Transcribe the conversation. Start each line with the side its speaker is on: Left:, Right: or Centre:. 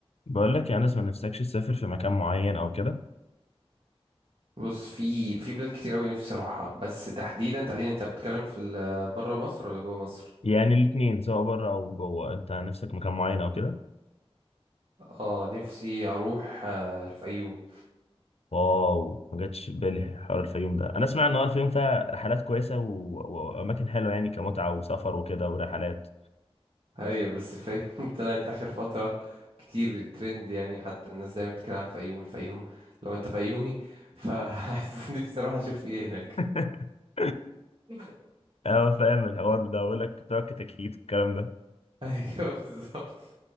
Left: بقول لك يعني لسه ما نفسكش تسافر في مكان معين او كده
Right: بص في في بلاد كتير قوي نفسي اروحها بس تحديدا تحديدا انت بتتكلم في بره مصر ولا جوه مصر
Left: يعني الاثنين سواء بره او جوه انت نفسك مكان معين او كده
Right: اه نفسي اروح آه، الفيوم
Left: واو ما جاتش في بالي حوار الفيوم ده انا اسمع ان هو الفيوم فيها رحلات كويسه و... واماكن حلوه يعني كمتعه وسفر وكده ورحلات
Right: <laughs> ايوه بس الفيوم <laughs> طلعت اخر فتره كتير ترند يعني حتى الناس دايما بتتكلم على الفيوم الفيوم لو انت فيومي فعايز <laughs> نفسي اروح اشوف ايه هناك
Left: <laughs>
Right: <laughs>
Left: اه فاهم الحوار ده اقول لك بتوع كتاكيت والكلام ده
Right: ايوه بالظبط